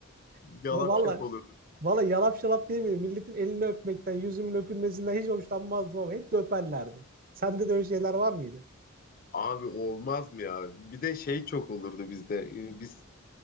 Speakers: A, on the right; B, on the left.
A: <laughs>
B: Yalap
A: Valla
B: şap olurdu.
A: valla yalap şalap değil miydi? Milletin elini öpmekten yüzümün öpülmesinden hiç hoşlanmazdım ama hep de öperlerdi. Sende de öyle şeyler var mıydı?
B: Abi olmaz mı ya? Bir de şey çok olurdu bizde. E, Biz